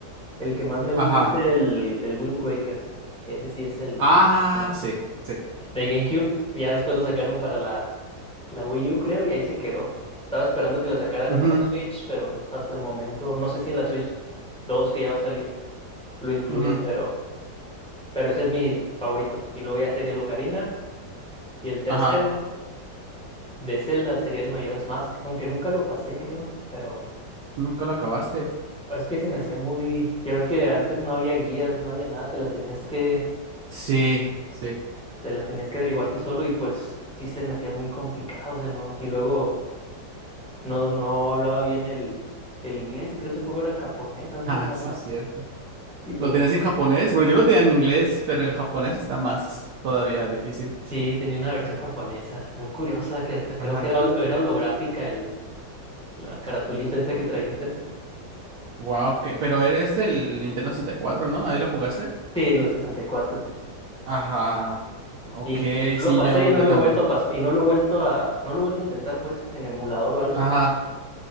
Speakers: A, in the centre; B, on the right.
A: El que más me gusta
B: Ajá.
A: es el, el Wind Waker. Ese sí es el...
B: Ah,
A: no,
B: sí, sí.
A: De GameCube, ya después lo sacaron para la, la Wii U, creo, y ahí se quedó. Estaba esperando que la sacaran
B: Ujú,
A: en la Switch, pero no, hasta el momento, no sé si en la Switch 2 que ya va a salir lo incluyan,
B: ujú.
A: pero, pero ese es mi favorito. Y luego ya sería el Ocarina, y el tercero
B: Ajá.
A: de Zelda sería el Majora's Mask, aunque nunca lo pasé, creo, pero
B: ¿Nunca lo acabaste?
A: es que se me hacía muy, ya ves que antes no había guías, no había nada, te la tenías que,
B: Sí, sí.
A: te la tenías que averiguar tú solo y pues sí se me hacía muy complicado, o sea, no, y luego no, no hablaba bien el, el inglés y creo que ese juego era japonés
B: <laughs>
A: antes
B: Ah,
A: nada
B: sí,
A: más.
B: es cierto.
A: Y pues
B: ¿Lo tenías
A: no.
B: en japonés? Bueno, yo lo tenía en inglés, pero en japonés está más todavía difícil.
A: Sí, tenía una versión japonesa, muy curiosa, que hasta creo
B: Ajá.
A: que era, hol- era holográfica el, la caratulita esa que traía enfrente.
B: Wow, que... pero eres del Nintendo sesenta y cuatro, ¿no? ¿Ahí lo jugaste?
A: Sí, en el 64.
B: Ajá. Ok,
A: Y, cuatro. y y no
B: sí,
A: lo pasé
B: yo,
A: y no
B: yo
A: lo
B: también.
A: he vuelto a pasar, y no lo he vuelto a, no lo he vuelto a intentar pues, en emulador o algo,
B: Ajá.
A: porque